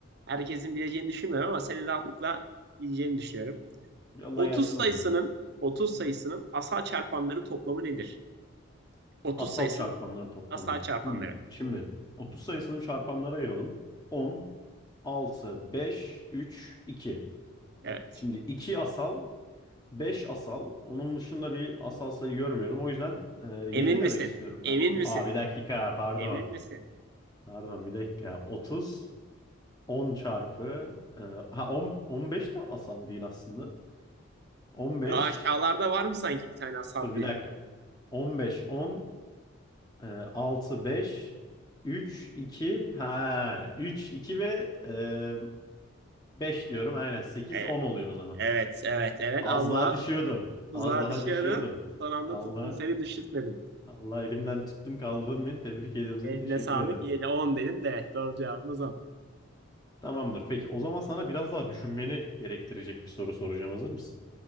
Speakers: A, on the right; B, on the left.
A: Herkesin bileceğini düşünmüyorum ama senin rahatlıkla bileceğini düşünüyorum.
B: Yolla
A: 30
B: gelsin
A: sayısının
B: o zaman.
A: 30 sayısının asal çarpanları toplamı nedir? 30
B: Asal
A: sayısının
B: çarpanların toplamı.
A: asal çarpanları.
B: Hmm. Şimdi 30 sayısını bir çarpanlara ayıralım. 10, 6, 5, 3, 2.
A: Evet.
B: Şimdi 2 asal, 5 asal. Onun dışında bir asal sayı görmüyorum. O yüzden 7
A: Emin misin?
B: demek istiyorum
A: Emin
B: ben.
A: misin?
B: Aa bir dakika pardon.
A: Emin misin?
B: Pardon bir dakika. 30, 10 çarpı. E, ha 10, 15 de asal değil aslında. 15
A: Daha aşağılarda var mı sanki bir tane asal
B: dur
A: bir?
B: bir dakika. 15 10 e, 6 5 3 2 ha 3 2 ve e, 5 diyorum aynen 8
A: E,
B: 10 oluyor o zaman.
A: evet, evet, evet.
B: Az
A: Az
B: daha
A: daha
B: düşüyordum.
A: tuzağa
B: Az daha
A: düşüyordun.
B: düşüyordum.
A: Son anda
B: Allah
A: tuttum seni düşürtmedim.
B: Allah elimden tuttun kaldırdın beni. Tebrik ediyorum seni.
A: Eline
B: Teşekkür
A: sağlık.
B: ederim.
A: Yine 10 dedin de evet, doğru cevabımız on.
B: Tamamdır. Peki o zaman sana biraz daha düşünmeni gerektirecek bir soru soracağım. Hazır mısın?